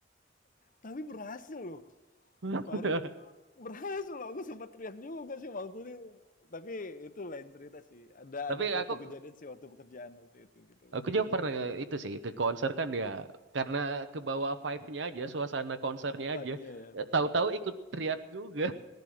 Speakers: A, on the left (about 45°); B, on the right (about 65°).
A: tapi berhasil loh.
B: <laughs>
A: Fahri berhasil loh aku sempat teriak juga sih waktu itu tapi itu lain cerita sih ada
B: Tapi
A: ada suatu
B: aku
A: kejadian sih waktu pekerjaan waktu itu gitu
B: Aku juga pernah itu sih ke konser kan
A: hmm.
B: ya karena ke bawah vibe-nya aja, suasana konsernya
A: vibe-nya
B: aja.
A: ya
B: Eh,
A: betul
B: Tahu-tahu ikut triad juga